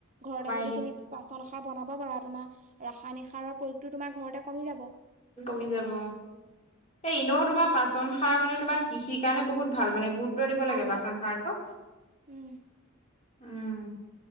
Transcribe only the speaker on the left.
কমাই
দিয়ে
কমি যাব। এই ইনেও তোমাৰ পাচন সাৰ মানে তোমাৰ কৃষিৰ কাৰণে বহুত ভাল মানে। গুৰুত্ব দিব
লাগে পাচন
সাৰটো।
উম।